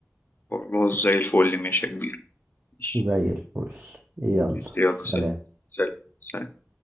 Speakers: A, on the left (about 40°); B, on the right (about 45°).
A: خلاص زي الفل ماشي يا كبير ماشي.
B: زي الفل يلا
A: يلا
B: سلام
A: سلام سلام سلام